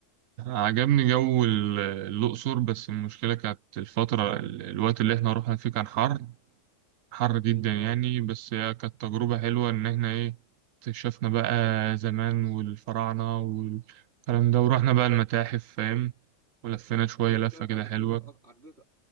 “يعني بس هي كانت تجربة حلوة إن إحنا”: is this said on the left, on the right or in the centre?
Right